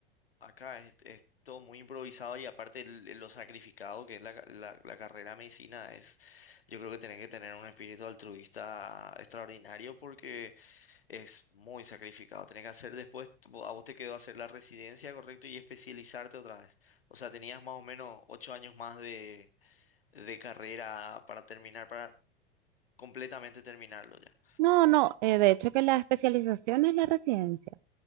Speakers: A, on the left; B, on the right.
A: acá es, es todo muy improvisado y aparte el- el- lo sacrificado que es la, ca- la, la carrera de medicina es, yo creo que tenés que tener un espíritu altruista extraordinario porque Es muy sacrificado. Tenés que hacer después, vo- a vos te quedó hacer la residencia, correcto, y especializarte otra vez. O sea, tenías más o menos ocho años más de, de carrera para terminar, para completamente terminarlo ya.
B: No, no, eh, de hecho que la especialización es la residencia.